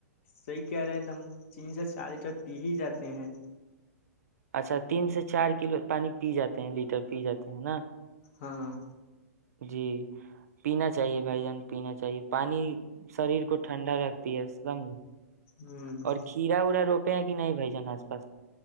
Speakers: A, on the left; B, on the right.
A: صحیح کہہ رہے ہیں تو ہم تین سے چار لیٹر پی ہی جاتے ہیں <unintelligible>
B: اچھا تین سے چار کلو پانی پی جاتے ہیں لیٹر پی جاتے ہیں ہے نا <unintelligible>
A: ہاں <unintelligible>
B: جی پینا چاہیے بھائی جان پینا چاہیے پانی شریر کو ٹھنڈا رکھتی ہے سمجھ <unintelligible>
A: ہ
B: اور کھیرا اورا روپے ہیں کہ نہیں بھائی <unintelligible> ن آس پاس <unintelligible>